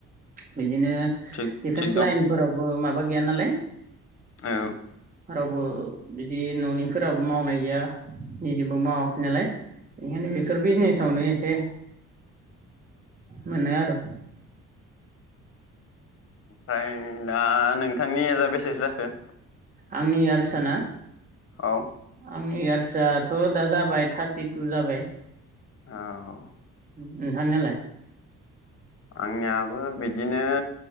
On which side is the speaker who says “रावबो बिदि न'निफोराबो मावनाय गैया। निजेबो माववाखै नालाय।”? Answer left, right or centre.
Right